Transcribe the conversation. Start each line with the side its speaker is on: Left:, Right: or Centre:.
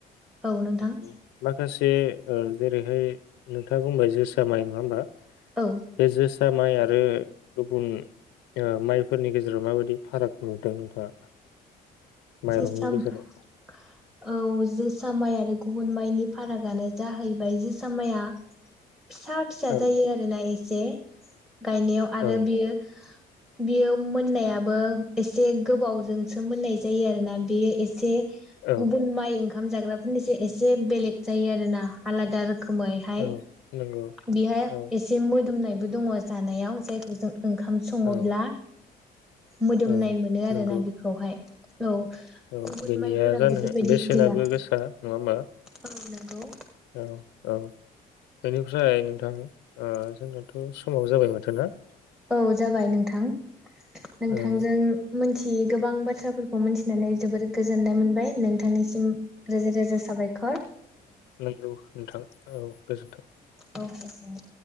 Centre: औ नोंथां
Left: <unintelligible> माखासे ओ जेरैहाय नोंथाङा बुंबाय जोसा माइ नङा होमबा।
Centre: औ
Left: बे जोसा माइ आ रो गुबुन माइफोरनि गेजेराव माबायदि फाराग नुदों नोंथाङा? माइरंनि
Centre: जोसा
Left: गेजेराव?
Centre: <inaudible> औ जोसा माइ आरो गुबुन माइनि फारागानो जाहैबाय जोसा माइया फिसा फिसा
Left: औ
Centre: जायो आरोना ए से गायनायाव आरो
Left: औ
Centre: बियो बियो मोननायाबो एसे गोबावजोंसो मोननाय जायो आरोना बेयो एसे
Left: औ
Centre: गुबुन माइ ओं ओंखाम जाग्राफोरनिसाय एसे बेलेग जायो आरो ना आलादा रोखोमैहाय।
Left: औ नंगौ
Centre: बेहाय
Left: औ
Centre: एसे मोदोमनाय बो दङ' जानायाव जायखौ जों ओंखाम सङोब्ला
Left: औ
Centre: मोदोमनाय
Left: औ
Centre: मोनो आरोना
Left: नंगौ
Centre: बेखौहाय। औ
Left: औ
Centre: गुबुन
Left: बेनिया
Centre: माइफोरा
Left: जानो
Centre: बेफोरबायदि
Left: बेसेनाबो
Centre: गैया
Left: गोसा नङा होमबा?
Centre: औ नंगौ
Left: औ। औ, बेनिफ्राय नोंथां ओ जोंनाथ' समाबो जाबाय माथो ना।
Centre: औ जाबाय नोंथां। नोंथांजों
Left: औ
Centre: मिथियै गोबां बाथ्राफोरखौ मिथिनानै जोबोर गोजोननाय मोनबाय नोंथां सिम रोजा रोजा साबाय खर
Left: नोंगौ नोंथां औ गोजोनथों
Centre: औ एसेनो